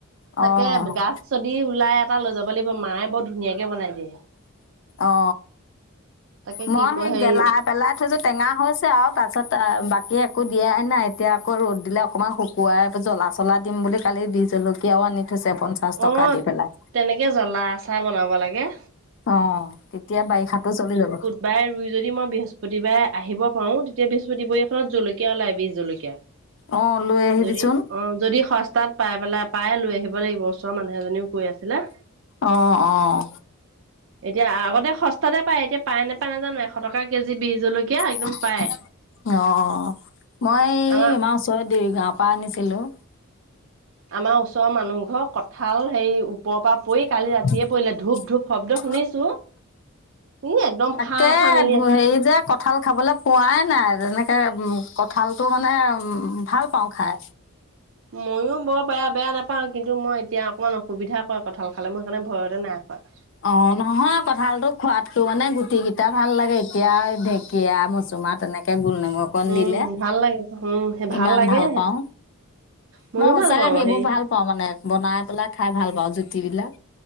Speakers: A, on the left (about 55°); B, on the right (about 60°).
A: অ',
B: তাকে গাজ যদি ওলাই। এটা লৈ যাব লাগিব মায়ে বৰ ধুনীয়াকে বনাই দিয়ে।
A: অ
B: তাকে
A: মই
B: কি কয়
A: সেই
B: হেৰি
A: গেলা। পেলাই থৈছো টেঙা হৈছে আৰু পাছত বাকী একো দিয়াই নাই এতিয়া আকৌ ৰ'দ দিলে। অকণমান শুকুৱাই জ্বলা চলা দিম বুলি কালি বিজলকীয়াও আনি থৈছে পঞ্চাছ টকা
B: অ'
A: দি পেলাই।
B: তেনেকে জ্বলা আচাৰ বনাব লাগে।
A: অ তেতিয়া বাৰিষাতো চলি যাব।
B: বাই ৰুই যদি মই বৃহস্পতিবাৰে আহিব পাৰো তেতিয়া বৃহস্পতিবৰীয়া খনত জলকীয়া ওলাই বি জলকীয়া।
A: অ', লৈ আহিবিচোন
B: যদি অ যদি সস্তাত। পাই পেলাই পাই লৈ আহিব লাগিব ওচৰৰ মানুহ এজনীও কৈ আছিলে।
A: অ', অ',
B: এতিয়া আগতে সস্তাতে পায় এতিয়া পায় নেপায় নাজানো এশ টকা কেজি বি জলকীয়া। একদম
A: অ
B: পায়।
A: মই এ আমাৰ ওচৰত দেউৰী
B: আমাৰ
A: গাঁৱৰ পৰা আনিছিলো।
B: আমাৰ ওচৰৰ মানুহ ঘৰ কঁঠাল হেৰি ওপৰৰ
A: <unintelligible>
B: পৰা। পৰি কালি ৰাতিয়ে পৰিলে ধূপ ধূপ শব্দ শুনিছো ই একদম ফাঁ
A: কে
B: ফাঁ মেলি আছে।
A: হেৰি যে ক। কঁঠাল খাবলৈ পোৱাই নাই যেনেকে কঁঠালটো মানে ভাল পাওঁ খাই।
B: ময়ো বৰ বেয়া বেয়া নাপাওঁ কিন্তু মই এতিয়া অকণমান অসুবিধা। হয় কঁঠাল খালে মই সেইকাৰণে ভয়তে নাই খোৱা।
A: অ নহয় কঁঠালতো খোৱাতকৈ মানে গুটি কেইটা ভাল লাগে এতিয়া ঢেঁকীয়া মচুমাহ তেনেকে। গোল নেমু। অকণ
B: উম
A: দিলে
B: ভাল লাগে উম সেই
A: ইমান
B: লাগে
A: ভাল
B: সেইটো
A: পাওঁ
B: ময়ো
A: মই সঁচাকে
B: ভাল পাওঁ
A: সেইবোৰ
B: হেৰি
A: ভাল। পাওঁ মানে বনাই পেলাই খাই ভাল পাওঁ জুতি বিলাক।